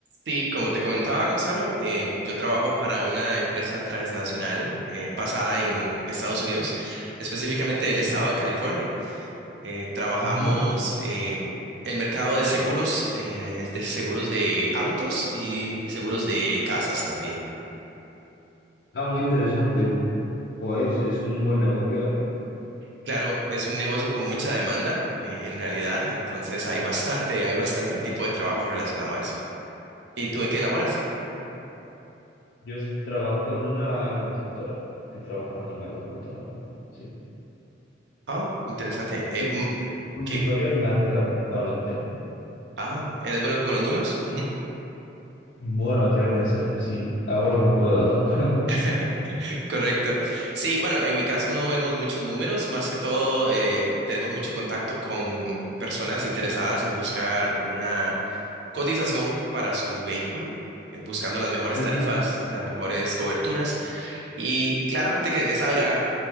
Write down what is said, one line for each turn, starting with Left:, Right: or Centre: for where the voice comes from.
Right: Sí, como te comentaba Gonzalo, eh, yo trabajo para una empresa transnacional eh, basada en Estados Unidos, específicamente del
Left: Sí.
Right: estado de California. Eh, trabajamos
Left: Ujú.
Right: eh, el mercado de seguros, eh, de seguros de autos y seguros de casas también.
Left: Ah, muy interesante. pues es, un buen negocio, ¿eh?
Right: Claro, es un negocio con mucha demanda eh, en realidad, entonces hay bastante, hay bastante tipo de trabajo relacionado a eso. ¿Y tú en qué laboras?
Left: Ujú. Yo es- trabajo en una consultora. Estoy trabajando en una consultora. Sí. Sí.
Right: Ah, interesante. Eh,
Left: Sí.
Right: mm,
Left: Consultoría
Right: ¿qué?
Left: financiera principalmente.
Right: Ah, ¿eres bueno con los números?
Left: Bueno, quiero pensar que sí. Hago lo que puedo, ¿no? <laughs>
Right: <laughs> Correcto. Sí, bueno, en mi caso no vemos muchos números, más que todo eh, tenemos mucho contacto con personas interesadas en buscar una cotización para su vehículo, eh, buscando las mejores
Left: Ujú,
Right: tarifas, las mejores coberturas y claramente que le salga